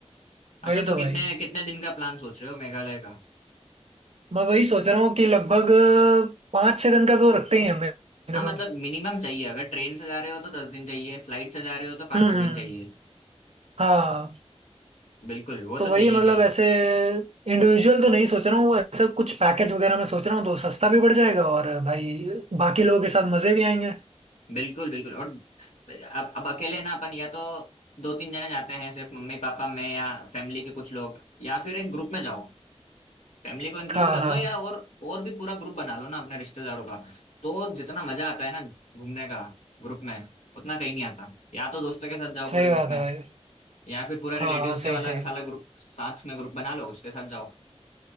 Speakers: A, on the left; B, on the right.
A: अच्छा
B: वही
A: तो
B: तो
A: कितने
B: भाई
A: कितने दिन का प्लान सोच रहे हो मेघालय का
B: मैं वही सोच रहा हूँ कि लगभग पाँच छः दिन का तो रखते ही हैं मिनिमम
A: हाँ मतलब मिनिमम चाहिए अगर ट्रेन से जा रहे हो तो दस दिन चाहिए फ्लाइट से जा रहे हो तो पाँच
B: हम्म
A: छः दिन
B: हम्म,
A: चाहिए
B: हाँ
A: बिल्कुल वो
B: तो
A: तो
B: वही
A: चाहिए
B: मतलब
A: ही चाहिए
B: ऐसे इंडिविजुअल तो नहीं सोच रहा हूँ ऐसे कुछ पैकेज वगैरह मैं सोच रहा हूँ तो सस्ता भी पड़ जाएगा और भाई बाकी लोगों के साथ मज़े भी आएंगे
A: बिल्कुल बिल्कुल और अब अब अकेले ना अपन या तो दो तीन जने जाते हैं सिर्फ मम्मी पापा मैं या फैमिली के कुछ लोग या फिर एक ग्रुप में जाओ फैमिली को इंक्लूड
B: हाँ
A: कर लो
B: हाँ
A: या और और भी पूरा ग्रुप बना लो ना अपने रिश्तेदारों का तो जितना मजा आता है ना घूमने का ग्रुप में उतना कहीं नहीं आता या तो दोस्तों के साथ जाओ
B: सही
A: पूरे ग्रुप
B: बात
A: में
B: है भाई
A: या फिर पूरा
B: हाँ
A: रिलेटिव्स
B: हाँ
A: के
B: सही
A: वाला
B: सही
A: साला ग्रुप साथ में ग्रुप बना लो उसके साथ जाओ